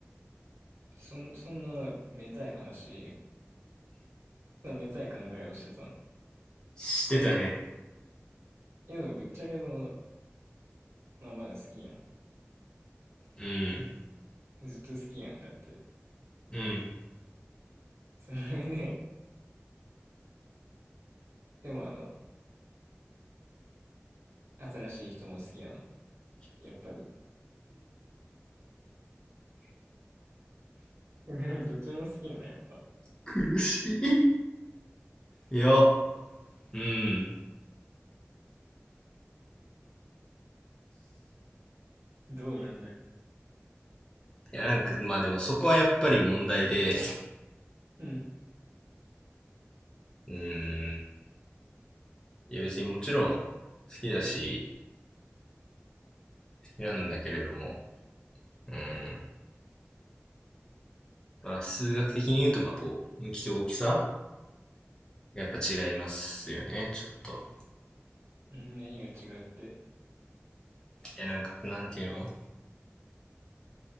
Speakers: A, on the right; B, on the left.
A: <laughs> そん、そんな、めたい話、そんなめたい考えをしてたの。
B: してたね。
A: いやでもぶっちゃけその、まあまだ好きやん。
B: うん。
A: ずっと好きやん、だって。
B: うん。
A: その上で、でもあの、新しい人も好きなの。やっぱり。<laughs> どっちも好きなの、やっぱ。
B: 苦しい。いや、うん。
A: どうなんだよ。
B: いや、なんか、まあでもそこはやっぱり問題で、
A: うん。
B: うん。いや別にもちろん好きだし、好きなんだけれども、うん。まあ数学的に言うと、まあこう、向きと大きさがやっぱ違いますよね、ちょっと。
A: うん、何が違うって。
B: いや、なんか、なんていうの